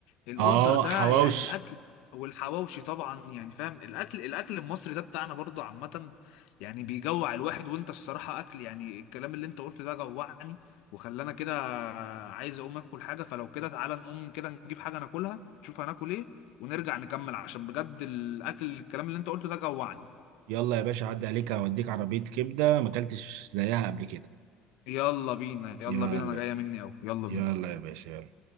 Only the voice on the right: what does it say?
اه
حواوشي
يلا يا باشا عدي عليك اوديك عربية كبدة ما اكلتش زيها قبل كده
يلا
يلا يا باشا يلا